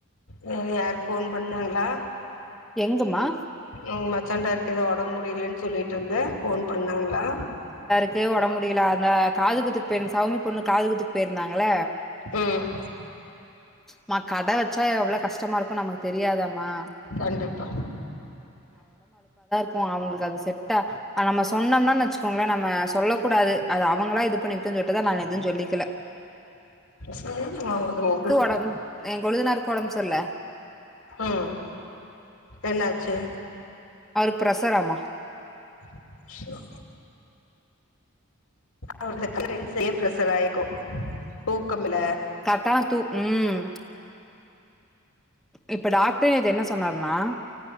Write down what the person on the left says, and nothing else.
ம் யாரும் ஃபோன் பண்ணாங்ளா
ம் மச்சான்ட இருக்கு ஏதோ உடம் முடிலேன் சொல்லிட் ருந்த ஃபோன் பண்ணாங்ளா
ம்
கண்டிப்பா
சேரி மா இந்த <unintelligible>
ம் என்னா ச்சு
அா அவனுக்கு <unintelligible> பிரஸராயிருக்கு தூக்கம் இல